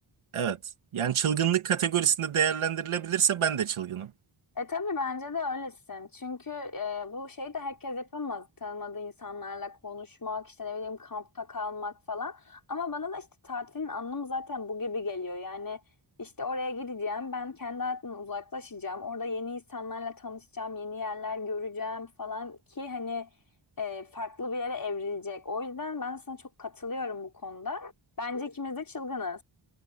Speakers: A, on the right; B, on the left.
A: evet. Yani çılgınlık kategorisinde değerlendirilebilirse ben de çılgınım.
B: E tabii bence de öylesin. Çünkü e, bu şeyi de herkes yapamaz. Tanımadığı insanlarla konuşmak, işte ne bileyim kampta kalmak falan. Ama bana da işte tatilin anlamı zaten bu gibi geliyor. Yani işte oraya gideceğim, ben kendi hayatımdan uzaklaşacağım. Orada yeni insanlarla tanışacağım, yeni yerler göreceğim falan ki hani e, farklı bir yere evrilecek. O yüzden ben sana çok katılıyorum bu konuda. Bence ikimiz de çılgınız.